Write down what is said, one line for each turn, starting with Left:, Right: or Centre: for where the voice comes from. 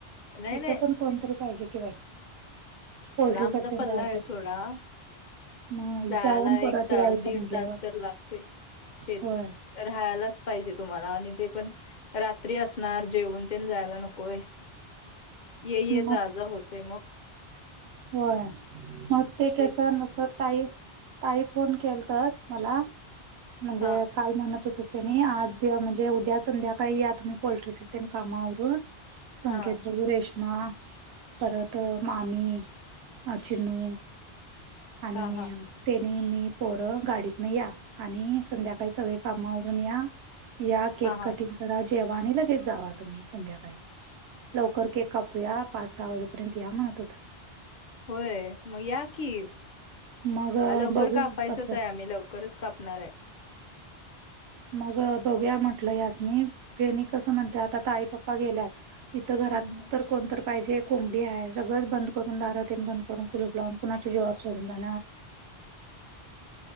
Left: नाही,
Right: इथं
Left: नाही
Right: पण कोणतरी पाहिजे कि बाई पोल्ट्री
Left: लांबचा
Right: करते
Left: पल्ला
Right: जायाच्या
Left: आहे सोडा.
Right: मग इ
Left: जायला
Right: जाऊन परत
Left: तास,
Right: यायचं
Left: दीड
Right: म्हटल्यावर
Left: तास तर लागतोय. तेच
Right: होय.
Left: राहायलाच पाहिजे तुम्हाला आणि ते पण रात्री असणार जेवन तेण जायला नकोय. ये ये जाज
Right: मग
Left: होतय मग
Right: होय मग ते केस
Left: तेच.
Right: नसर ताई ताई फोन केल तर मला म्हणजे
Left: हां,
Right: काल मानत होत त्यानी आज म्हणजे उद्या संध्याकाळी या तुम्ही पोल्ट्रीतील कामावरून संकेत
Left: हां.
Right: बरू रेश्मा परत मामी चिन्नू आणि
Left: हां, हां.
Right: त्यानी मी पोरं गाडीतन या आणि संध्याकाळी सगळे कामावरून या. या केक
Left: हां, हां.
Right: कटिंग करा जेवा आणि लगेच जावा तुम्ही संध्याकाळी लवकर के कापूया पाच सहा वाजेपर्यंत या म्हणत होत.
Left: होय मग या की
Right: मग
Left: लवकर
Right: बघू
Left: का अयचंच
Right: कसं
Left: आहे आम्ही लवकर लकरच कापणार आहे.
Right: मग बघूया म्हंटलं यासनी फेणी कसं म्हणते आता आता आई पप्पा गेल्यात इथं घरात
Left: हं, हं.
Right: तर कोणतरी पाहिजे, कोंबडी आहे सगळंच बंद करून दारातन बंद करून कुलूप लावून कुणाचे ज्वर सोडून जाणार.
Left: <inaudible>